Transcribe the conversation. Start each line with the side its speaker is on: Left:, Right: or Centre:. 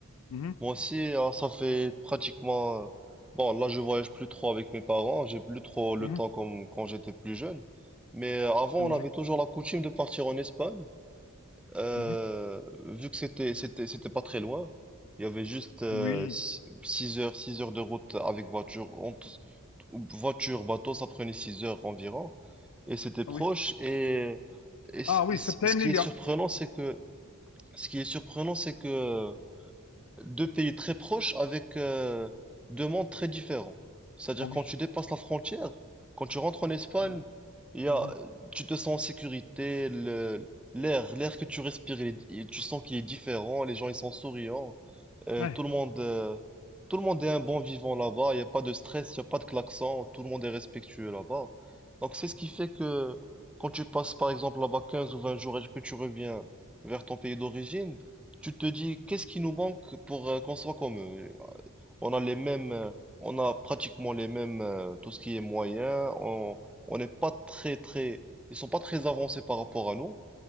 Left: mhm,
Centre: Moi aussi, alors, ça fait pratiquement. euh, Bon, là, je voyage plus trop avec mes parents. J'ai plus trop le
Left: mhm.
Centre: temps comme quand j'étais plus jeune. Mais euh, avant,
Left: C'est logique.
Centre: on avait toujours la coutume de partir en Espagne. Euh,
Left: Mhm.
Centre: vu que c'était c'était c'était pas très loin, il y avait juste euh,
Left: Oui.
Centre: six heures 6 heures de route avec voiture en tout- voiture bateau ça prenait 6 heures environ et c'était proche
Left: Ah oui.
Centre: et, et c-
Left: Ah oui,
Centre: c-
Left: Septem
Centre: ce qui
Left: Lilia.
Centre: est surprenant c'est que ce qui est surprenant c'est que deux pays très proches avec euh, deux mondes très différents. C'est-à-dire
Left: Ah oui.
Centre: quand tu dépasses la frontière, quand tu rentres en Espagne,
Left: Mhm,
Centre: il y
Left: mhm.
Centre: a, tu te sens en sécurité, le- l'air, l'air que tu respires, il est- il- tu sens qu'il est différent, les gens ils sont souriants, euh,
Left: Ouais,
Centre: tout le monde, euh, tout le monde est un bon vivant là-bas, il n'y a pas de stress, il n'y a pas de klaxon, tout le monde est respectueux là-bas. Donc c'est ce qui fait que quand tu passes par exemple là-bas 15 ou 20 jours et que tu reviens vers ton pays d'origine, tu te dis, qu'est-ce qui nous manque pour euh, qu'on soit comme eux? Euh, On a les mêmes, euh, on a pratiquement les mêmes, euh, tout ce qui est moyen. On, on n'est pas très, très, ils sont pas très avancés par rapport à nous.